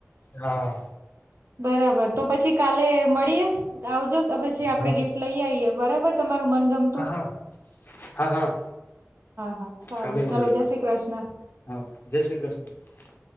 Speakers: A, on the left; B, on the right.
A: હા.
B: બરાબર તો પછી કાલે મળીએ આવજો કે પછી આપડે
A: હા
B: ગિફ્ટ લઈ આવીઈએ બરાબર તમારું મન ગમતું.
A: હા હા હા હા
B: હા સારું
A: કાલે મુડીએ
B: ચલો જય શ્રી કૃષ્ણ
A: હા જસ્ટ <unintelligible>